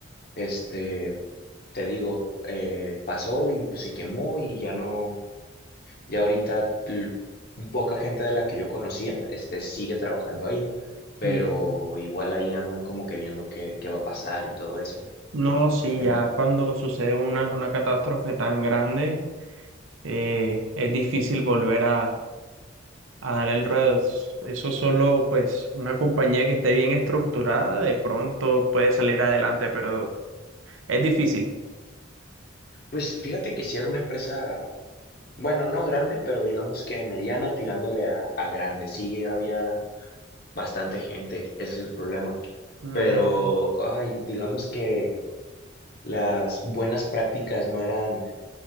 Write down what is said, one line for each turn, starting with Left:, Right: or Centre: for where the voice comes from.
Left: este te digo, eh, pasó y pues se quemó y ya no, ya ahorita l- poca gente de la que yo conocía, este, sigue trabajando ahí, pero
Right: mm.
Left: igual ahí andan como que viendo qué, qué va a pasar y todo eso.
Right: No, sí,
Left: Entonces,
Right: ya cuando sucede una, una catástrofe tan grande, eh, es difícil volver a, a dar el ruedo. Eso solo, pues, una compañía que esté bien estructurada, de pronto puede salir adelante, pero es difícil.
Left: pues fíjate que si era una empresa, bueno, no grande, pero digamos que mediana tirándole a, a grande, sí había bastante gente, ese es el problema,
Right: Mm,
Left: pero, ay, digamos que las buenas prácticas no eran